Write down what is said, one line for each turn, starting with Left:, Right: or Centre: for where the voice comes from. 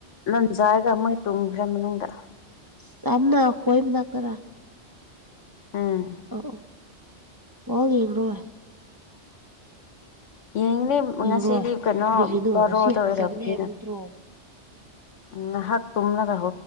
Left: ꯂꯝꯖꯥꯔꯒ ꯃꯣꯏ ꯇꯨꯝꯈ꯭ꯔꯦ ꯃꯅꯨꯡꯗ
Right: ꯆꯝꯅ ꯍꯣꯏ ꯃꯅꯥꯥꯛꯇꯔꯥ
Left: ꯎꯝ
Right: ꯑꯣ ꯑꯣ ꯕꯣꯜ ꯌꯦꯡꯔꯣꯏ
Left: ꯌꯦꯡꯤꯅꯤ
Right: ꯌꯦꯡꯔꯣꯏ
Left: ꯉꯁꯤꯗꯤ ꯀꯩꯅꯣ
Right: ꯀꯔꯤꯒꯤꯅꯣ
Left: ꯕꯣꯔꯣꯗ
Right: ꯉꯁꯤ
Left: ꯑꯣꯏꯔꯕꯅꯤꯅ
Right: ꯐꯖꯒꯅꯤ ꯍꯥꯏꯕ ꯅꯠꯇ꯭ꯔꯣ
Left: ꯉꯍꯥꯛ ꯇꯨꯝꯂꯒ